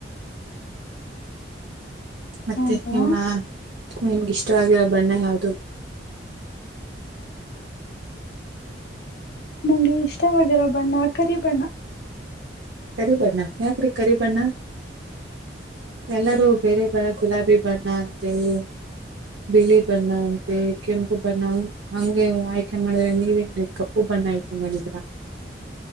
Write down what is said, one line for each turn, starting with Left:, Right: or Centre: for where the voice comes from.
Right: ಮತ್ತೆ
Left: ಹೌದಾ
Right: ನಿಮ್ಮ ನಿಮ್ಗೆ ಇಷ್ಟವಾಗಿರೋ ಬಣ್ಣ ಯಾವ್ದು.
Left: ನನ್ಗೆ ಇಷ್ಟವಾಗಿರೋ ಬಣ್ಣ ಕರಿ ಬಣ್ಣ.
Right: ಕರಿಬಣ್ಣ ಯಾಕ್ರೀ ಕರಿಬಣ್ಣ. ಎಲ್ಲರೂ ಬೇರೆ ಬಣ್ಣ ಗುಲಾಬಿ ಬಣ್ಣ ಅಂತೆಳಿ. ಬಿಳಿ ಬಣ್ಣ ಅಂತೆ ಕೆಂಪು ಬಣ್ಣ. ಹಂಗೆ ಆಯ್ಕೆ ಮಾಡಿದ್ರೆ ನೀವೇನ್ ರಿ ಕಪ್ಪು ಬಣ್ಣ ಆಯ್ಕೆ ಮಾಡಿದಿರ.